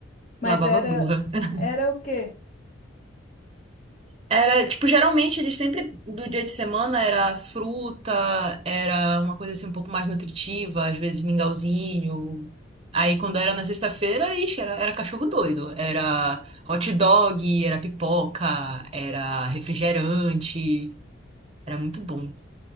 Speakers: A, on the left (about 40°); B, on the right (about 30°).
A: mas
B: lavava
A: era
B: a burra. <laughs>
A: era o quê?
B: Era, tipo, geralmente eles sempre, do dia de semana, era fruta, era uma coisa assim um pouco mais nutritiva, às vezes mingauzinho. Aí, quando era na sexta-feira, ixi, era, era cachorro doido. Era hot dog, era pipoca, era refrigerante. Era muito bom.